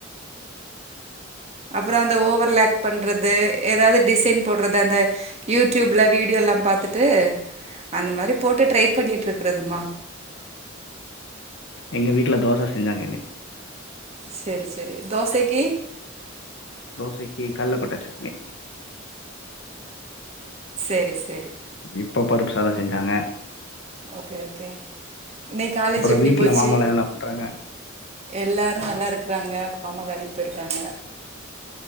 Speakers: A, on the right; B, on the left.
A: அப்றோ அந்த ஓவர் லாக் பண்றது எதாவ்து டிசைன் போட்றது அந்த யூட் ட்யூப்ல வீடியோல்லா பாத்துட்டு அந்த மாரி போட்டு ட்ரை பண்ணிட்ருக்கிறதுமா
B: எங்க வீட்ல தோச செஞ்சாங்க இன்னைக்கு.
A: சேரி சேரி தோசக்கி
B: தோசக்கி கல்ல போட்ட சட்னி
A: சேரி சே
B: இப்ப பருப்பு சாத செஞ்சாங்க
A: ஓகே ஓகே இன்னைக்கு காலேஜ்
B: அப்பற
A: எப்டி
B: வீட்ல
A: போச்சு
B: மாமாலா என்ன பண்றாங்க
A: எல்லாரு நல்லா இருக்கிறாங்க மாமா வேலைக்கு போய்ருக்காங்க